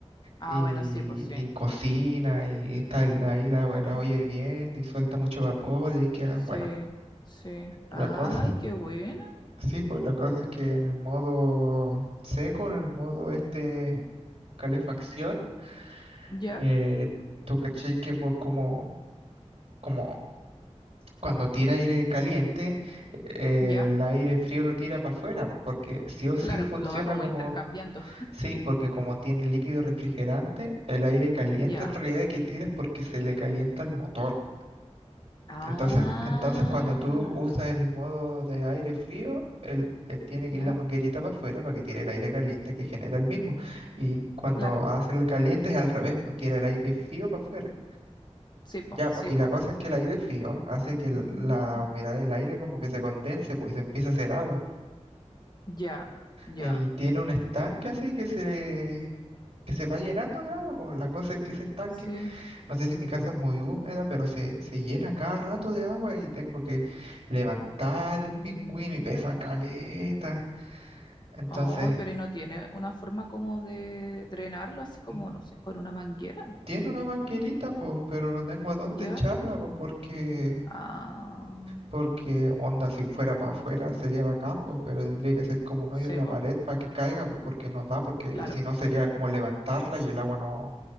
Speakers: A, on the left; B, on the right.
A: Ah,
B: y,
A: bueno, sí, pues sí.
B: y cocina y está el- ahí la,
A: Sí,
B: la olla hirviendo y suelta mucho vapor y ahí queda,
A: sí,
B: bueno,
A: sí. Ay,
B: la cosa.
A: qué bueno.
B: Sí, pues la cosa es que en el modo seco, en el modo este calefacción,
A: Ya,
B: eh, tú caché que po- como, como cuando tira aire caliente, eh,
A: ya.
B: el aire frío lo tira para afuera, po, porque sí o sí
A: Claro,
B: funciona
A: pues lo va como
B: como,
A: intercambiando.
B: sí, porque como tiene líquido refrigerante, el aire caliente
A: Ya.
B: en realidad que tira es porque se le calienta el motor.
A: Ah,
B: Y entonces, entonces cuando tú usas el modo de aire frío, él, él tiene que
A: ya,
B: ir la manguerita para afuera para que tire el aire caliente que genera el mismo. Y cuando
A: claro.
B: hace el caliente es al revés, pues tira el aire frío para afuera.
A: Sí, po,
B: Ya,
A: sí,
B: pues, y
A: po.
B: la cosa es que el aire frío hace que
A: Mm,
B: el- la humedad del aire como que se condense, pues y se empieza a hacer agua.
A: Ya, ya.
B: Eh, Y tiene un estanque así que se, que se va llenando de agua, pues la cosa es que ese estanque
A: Sí.
B: no sé si mi casa es muy húmeda, pero se, se llena cada rato de agua y tengo que levantar
A: Mm.
B: el pingüino y pesa caleta. Entonces,
A: Ay, pero ¿y no tiene una forma como de drenarlo, así como,
B: mm,
A: no sé, con una manguera?
B: tiene una manguerita, pues, pero no tengo a dónde
A: ¿Ya?
B: echarla, pues, porque,
A: Ah,
B: porque onda, si fuera para afuera sería bacán, pues, pero tendría que hacer como un hoyo
A: sí,
B: en la
A: po,
B: pared para que caiga, pues, porque no da, porque
A: claro,
B: si no sería como levantarla y el agua no,